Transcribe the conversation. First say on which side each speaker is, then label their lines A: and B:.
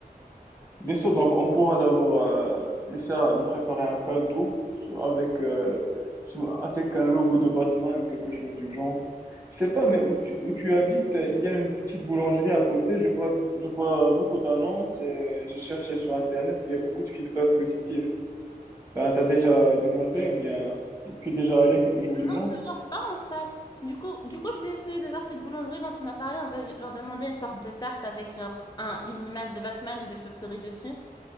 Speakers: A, on the right; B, on the left.
A: Bien sûr, donc on pourra d'abord euh, lui faire, lui préparer un cadeau soit avec, euh, soit avec un logo de Batman ou quelque chose du genre. Je sais pas, mais où tu, où tu habites, euh, il y a une petite boulangerie à côté. Je vois, je vois beaucoup d'annonces et j'ai cherché sur Internet. Il y a beaucoup de feedback positif. Ben, t'as déjà demandé ou bien tu es déjà allé, quelque chose
B: Non,
A: du genre?
B: toujours pas en fait. Du coup, du coup, je vais essayer de voir cette boulangerie dont tu m'as parlé. On va lui- leur demander une sorte de tarte avec genre un, une image de Batman ou des chauves-souris dessus.